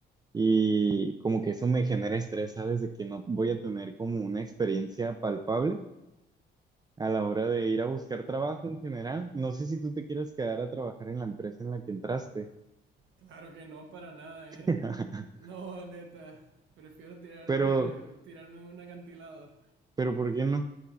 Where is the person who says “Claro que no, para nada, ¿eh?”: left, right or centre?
Right